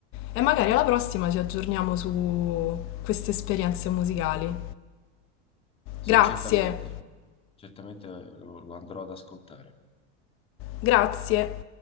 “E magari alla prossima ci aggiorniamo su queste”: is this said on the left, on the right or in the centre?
Left